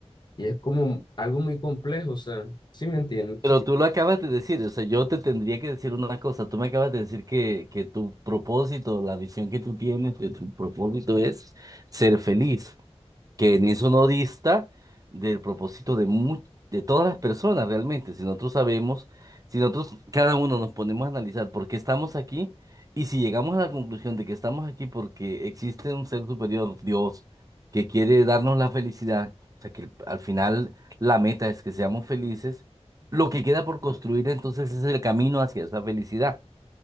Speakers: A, on the left; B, on the right.
A: y es como algo muy complejo, o sea, ¿sí me entiendes?
B: Pero tú lo acabas de decir, o sea, yo te tendría que decir una cosa, tú me acabas de decir que, que tu propósito, la visión que tú tienes de tu propósito es ser feliz. que en eso no dista del propósito de mu- de todas las personas realmente. Si nosotros sabemos, si nosotros cada uno nos ponemos a analizar por qué estamos aquí y si llegamos a la conclusión de que estamos aquí porque existe un ser superior, Dios, que quiere darnos la felicidad, o sea que al final la meta es que seamos felices, lo que queda por construir entonces es el camino hacia esa felicidad.